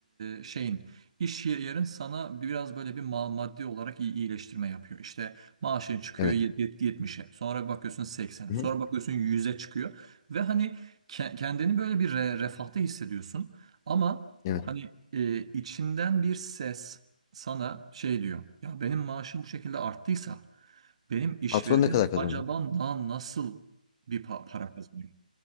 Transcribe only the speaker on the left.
evet.
Hı
hı,
evet.
Patron ne kadar kazanıyor?